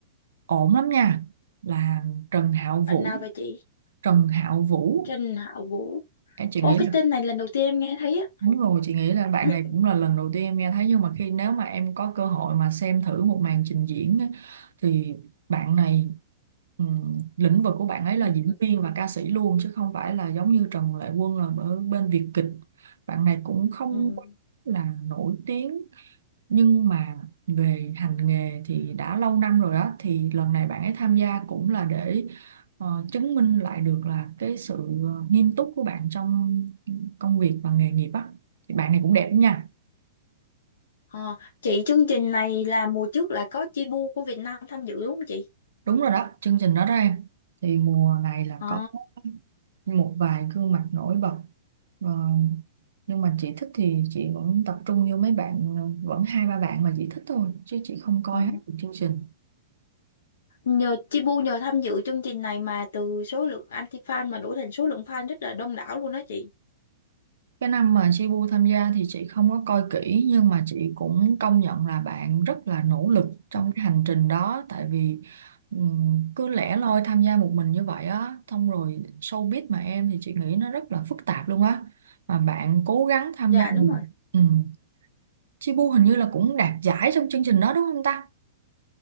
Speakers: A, on the right; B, on the left.
A: ổn lắm nha. Là Trần Hạo Vũ.
B: bạn nào vậy chị
A: Trần Hạo Vũ,
B: Trình Hạo Vũ
A: em chị
B: ô
A: nghĩ
B: cái
A: là
B: tên này lần đầu tiên em nghe thấy á
A: Đúng rồi, chị nghĩ là bạn
B: <coughs>
A: này cũng là lần đầu tiên em nghe thấy nhưng mà khi nếu mà em có cơ hội mà xem thử một màn trình diễn á, thì bạn này ừm, lĩnh vực của bạn ấy
B: <clears throat>
A: là diễn viên và ca sĩ luôn chứ không phải là giống như Trần Lệ Quân là ở bên Việt kịch. Bạn này cũng không
B: Ừm.
A: quá là nổi tiếng nhưng mà về hành nghề thì đã lâu năm rồi á thì lần này bạn ấy tham gia cũng là để ờ, chứng minh lại được là cái sự ờ, nghiêm túc của bạn trong công việc và nghề nghiệp á thì bạn này cũng đẹp lắm nha
B: Ờ, chị chương trình này là mùa trước là có Chibu của Việt Nam tham dự đúng không chị
A: đúng rồi đó chương trình đó đó em thì mùa này là
B: Ờ,
A: có một vài gương mặt nổi bật Ờ, nhưng mà chị thích thì chị vẫn tập trung như mấy bạn ờ, vẫn hai ba bạn mà chị thích thôi chứ chị không coi
B: ờ.
A: hết được chương trình
B: nhờ Chibu nhờ tham dự chương trình này mà từ số lượng anti fan mà đổi thành số lượng fan rất là đông đảo luôn đó chị
A: Cái năm mà Jibu tham gia thì chị không có coi kỹ nhưng mà chị cũng công nhận là bạn rất là nỗ lực trong
B: Ừ.
A: cái hành trình đó tại vì ừm, cứ lẻ loi tham gia một mình như vậy á xong rồi showbiz mà em thì chị nghĩ nó rất là phức tạp luôn á mà bạn cố gắng tham
B: dạ
A: gia
B: đúng
A: được
B: rồi
A: um. Jibu hình như là cũng đạt giải trong chương trình đó đúng không ta?